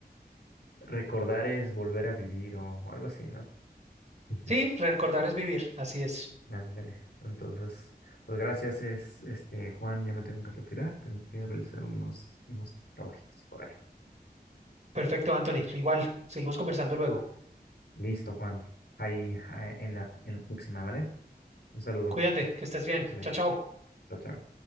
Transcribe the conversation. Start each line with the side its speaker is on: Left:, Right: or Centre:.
Left: recordar es volver a vivir o algo así, ¿no? <laughs>
Right: Sí, recordar es vivir. Así es.
Left: Ándale. Entonces, pues gracias, es, este, Juan, ya me tengo que retirar, tengo que realizar unos, unos trabajitos por ahí.
Right: Perfecto, Anthony. Igual, seguimos conversando luego.
Left: Listo, Juan. Ahí, ah, en la, en la próxima, ¿vale? Un saludo.
Right: Cuídate, que estés bien.
Left: Vale.
Right: Chao, chao.
Left: Chao, chao.